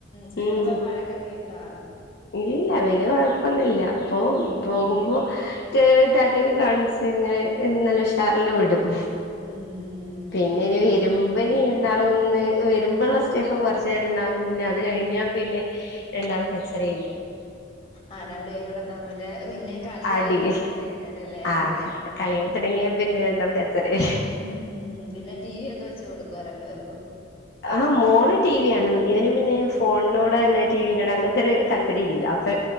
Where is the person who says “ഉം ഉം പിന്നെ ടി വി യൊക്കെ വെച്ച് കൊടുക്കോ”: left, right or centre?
Left